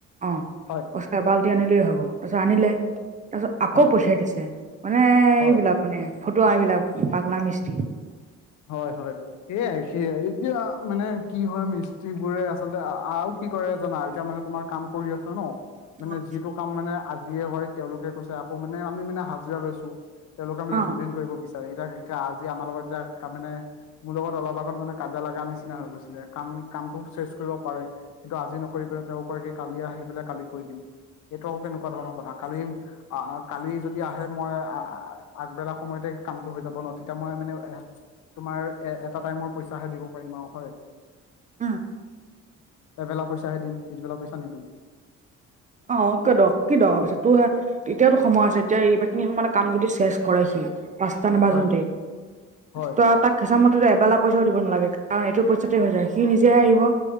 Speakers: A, on the right; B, on the left.
A: অ'।
B: হয়।
A: এবাল্টি আনিলেই হ'ব তাৰ পাছত আনিলে, তাৰ পাছত আকৌ
B: হয়
A: পঠিয়াই দিছে মানে
B: হয়
A: এইবিলাক মানে ফটোৱা এইবিলাক পাগলা মিস্ত্ৰী।
B: হয় হয়, এয়াই সেয়াই এতিয়া মানে কি হয় মিস্ত্ৰী বোৰে আছে। আচলতে আৰু কি কৰে জানা এতিয়া মানে তোমাৰ কাম কৰি আছো ন মানে
A: অ',
B: যিটো কাম মানে আ জিয়ে হয় তেওঁলোকে কৈছে আকৌ মানে আমি মানে হাজিৰা লৈছো তেওঁলোকে মানে
A: উম,
B: দুদিন কৰিব বিচ এই এতিয়া আজি আমাৰ লগত যাক তাৰ মানে মোৰ লগত অলপ আগত মানে কাজিয়া লাগা নিচিনা হৈ গৈছিলে কাম কামটো চেচ কৰিব পাৰে কিন্তু আজি নকৰি পেলাই তেওঁ কয় কি কালি আহি পেলাই কালি কৰি দিম এইটো আকৌ কেনেকোৱা ধৰণৰ কথা কালি আহ কালি যদি আহে মই আগবেলা সময়তে কামটো হৈ যাব ন তেতিয়া মই মানে তোমাৰ এ এটা টাইমৰ পইচাহে দিব পাৰিম আও হয়
A: উম
B: এবেলা পইচাহে দিম পিছবেলা পইচা নিদিও
A: অহ কদ কি দৰকাৰ পৰিছে তোৰ হে এতিয়াতো সময় আছে এতিয়া এইখিনি সময়ত কাম যদি চেচ কৰে সি পাঁচটা নাবাজোওতেই
B: হয় হয়
A: ত আও তাক হিচাপমতেটো এবেলা পইচাও দিব নালাগে কাৰণ এইটো পইচাতে হৈ যায় সি নিজেহে আহিব